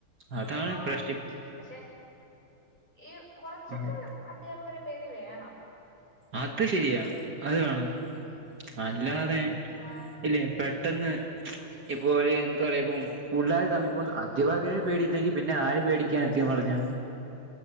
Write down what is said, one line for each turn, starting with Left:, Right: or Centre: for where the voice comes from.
Right: അതാണ്
Left: ആഹ്
Right: പ്രശ്
Left: പക്ഷെ ഈ കൊറച്ചൊക്കെ
Right: ആഹ്
Left: അദ്ധ്യാപകരെ പേടി വേണം
Right: അത് ശരിയാ അത് വേണം അല്ലാതെ
Left: ആഹ്
Right: ഇല്ലേ പെട്ടെന്ന് ഇപ്പോ ഒരു എന്താ പറയാ ഇപ്പം പുള്ളാർ തമ്മി ഇപ്പൊ അധ്യാപകരെ പേടിയില്ലെങ്കിൽ പിന്നെ ആരെ പേടിക്കാ സത്യം പറഞ്ഞാ